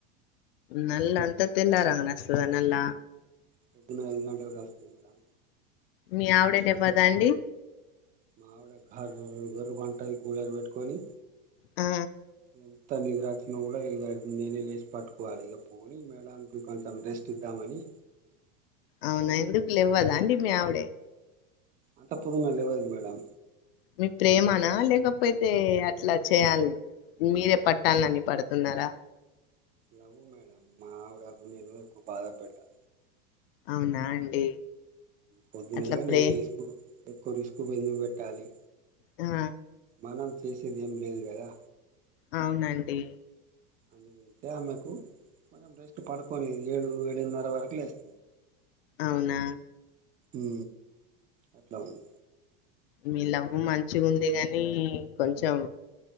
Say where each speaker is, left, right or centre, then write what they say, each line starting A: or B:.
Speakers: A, on the left (about 75°); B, on the right (about 25°).
A: నల్ అంత తెల్లవారినాక వస్తాది నల్ల
B: పొద్దున్నే ఐదు గంటలకి వస్తాది మేడం
A: మీ ఆవిడ లేవ్వదా
B: మా
A: అండి
B: మావిడ కర్రు గుర్ అంటాది కూలర్ పెట్టుకొని
A: ఆ
B: ఎంత నిద్రవచ్చి కూడా ఇక నేనే లేచి పట్టుకోవాలి ఇక పోని మేడంకి కొంచెం రెస్ట్ ఇద్దాం అని
A: అవునా ఎందుకు లెవ్వదా అండి మీ ఆవిడే
B: అంత పోదునే లేవ్వదు మేడం
A: మీకు ప్రేమనా లేకపోయితే అట్లా చేయాలి మీరే పట్టాల అని పడుతున్నారా
B: లవ్వు మేడం మా ఆవిడకు నేను ఎక్కువ బాధ పెట్టా
A: అవునా అండి
B: పొద్దునీగా
A: అట్లా ప్రే
B: నేనే రిస్క్ ఎక్కువ రిస్క్ ఎందుకు పెట్టాలి
A: ఆ
B: మనం చేసేది ఏం లేదు కదా
A: అవునండి
B: అందుకే ఆమెకు కొంచెం రెస్ట్ పడుకొని ఏడు ఏడున్నర్ర వరకులేస్
A: అవునా
B: ఉ అట్లా ఉంది
A: మీ లవ్వు మంచిగా ఉంది కాని కొంచెం